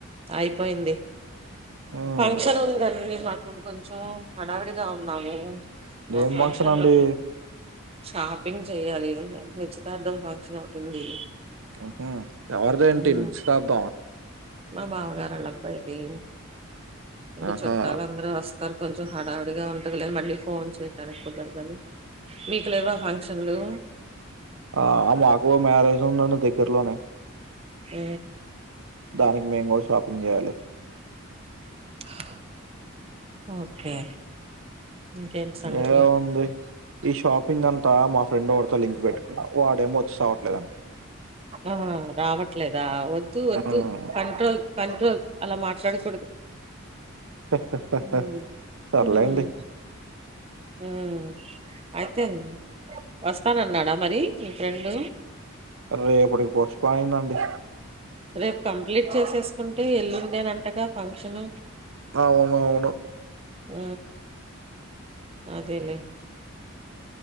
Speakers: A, on the right; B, on the right.
A: అయిపోయింది
B: హ్మ్
A: ఫంక్షన్ ఉంది అంది మీ మ కొంచెం హడావిడిగా ఉన్నాము ఆ
B: ఏం ఫంక్షన్ అండి
A: లో షాపింగ్ చేయాలి నిశ్చితార్థం ఫంక్షన్ ఒకటి ఉంది
B: ఉహూ ఎవరిది ఏంటి
A: ఉమ్,
B: నిచ్చితార్ధం
A: మా బావగారోలా అబ్బాయిది ఇంకా
B: ఆహా
A: చుట్టాల అందరూ వస్త తారు కొంచెం హడావుడిగా ఉంటదిలే మళ్ళీ ఫోన్ చేయడానికి కుదరదని మీకు లేవా ఫంక్షన్లు
B: ఆ మాకు మ్యారేజ్ ఉందిండి దగ్గరలోనే
A: హు
B: దానికి మేము గుడా షాపింగ్ చేయాలి
A: హ ఓకే ఇంకేంటి సంగతులు
B: ఎం ఉంది ఈ షాపింగ్ అంత మాఫ్ ఫ్రెండ్ ఒగడితో లింక్ పెట్టుకున్నావు వాడేమో చావట్లేదాండి
A: ఆ రావట్లేదా వద్దు వద్దు
B: హ్మ్.
A: కంట్రోల్ కంట్రోల్ అలా మాట్లాడకూడదు
B: అహ అహ
A: ఉమ్,
B: సర్లేండి
A: ఉమ్, ఉమ్. అయితే వస్తానన్నాడా మరి మీ ఫ్రెండ్
B: రేపటికీ పోస్టుపోన్ అయిందండి
A: రేపు కంప్లీట్ చేసేసుకుంటే ఎల్లుండే నా అంటగా ఫంక్షన్
B: అవునవును
A: ఊ అదేలే